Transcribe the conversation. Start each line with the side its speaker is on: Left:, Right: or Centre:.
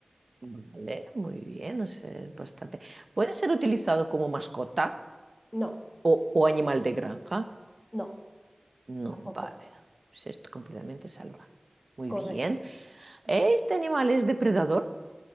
Right: Vale, muy bien, o sea, es bastante. ¿Puede ser utilizado como mascota
Left: no,
Right: o, o animal de granja?
Left: no,
Right: No,
Left: tampoco,
Right: vale. Pues Es completamente salvaje. Muy
Left: correcto.
Right: bien. ¿Este animal es depredador?